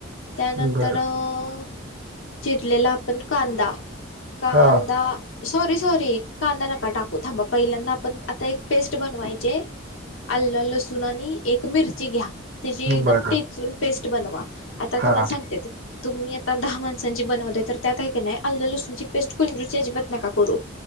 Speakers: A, on the left (about 80°); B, on the right (about 50°).
A: त्यानंतर
B: बरं.
A: अ चिरलेला आपण कांदा, कांदा
B: हां,
A: सॉरी सॉरी कांदा नका टाकू थांबा पहिल्यांदा, आपण आता एक पेस्ट बनवायचे आलं लसूण आणि एक मिरची घ्या त्याची एकदम
B: बरं.
A: टेचून पेस्ट बनवा, आता
B: हां,
A: तुम्हाला सांगते तुम्ही आता दहा माणसांची बनवताय तर त्यात आहे का नाही आल्ल लसूनचपेस्टची कुंजूशी अजिबात नका करू.